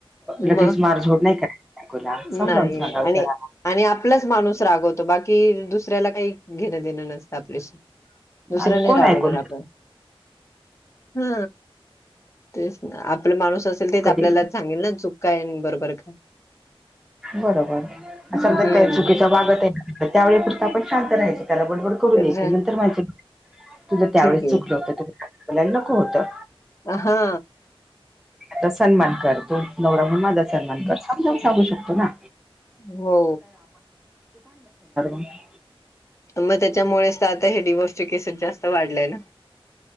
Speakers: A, in the centre; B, on the left (about 30°).
A: लगेच
B: मग
A: मार झोड नाही कराय बायकोला समजावून
B: नाही
A: सांगाल
B: आणि
A: जरा
B: आणि आपलाच माणूस रागवतो बाकी दुसऱ्याला काही. घेणं देणं नसत आपल्याशी दुसरा
A: आणि
B: नाही
A: कोण
B: रागवणार
A: ऐकून
B: आपण हा तेच आपले माणूस असेल तेच
A: कधी
B: आपल्याला सांगेल ना चुक काय बरोबर काय.
A: बरोबर असंल
B: हम्म
A: तर त्या चुकीचा वागत त्यावेळी पुरता आपण शांत राहायच त्याला बडबड करू द्यायाचि
B: तर
A: नंतर म्हणायचं, तुझ त्यावेळेस
B: ठीक आहे
A: चुकलं होतंला नको होतं.
B: अ हा
A: तर सन्मान कर तू नवरा <unintelligible> माझा सन्मान कर समजावून सांगू शकतो ना.
B: हो
A: <inaudible>
B: मग त्याच्यामुळेच तर आता हे डिव्होर्स चे केसेस वाढलय ना.